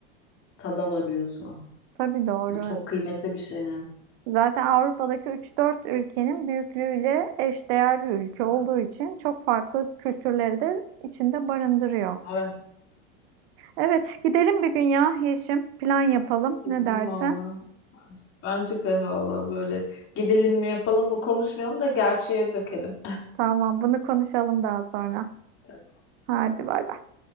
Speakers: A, on the left; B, on the right.
A: tada varıyorsun.
B: Tabii doğru.
A: Bu çok kıymetli bir şey.
B: Zaten Avrupa'daki üç dört ülkenin büyüklüğüyle eşdeğer bir ülke
A: yani.
B: olduğu için çok farklı kültürleri de içinde barındırıyor.
A: Evet,
B: Evet, gidelim bir gün ya Yeşim. Plan yapalım.
A: gidelim
B: Ne dersin?
A: valla. Bence bence de valla böyle gidelim mi yapalım mı konuşmayalım da gerçeğe dökelim.
B: Tamam, bunu konuşalım daha sonra.
A: <laughs>
B: Hadi bay bay.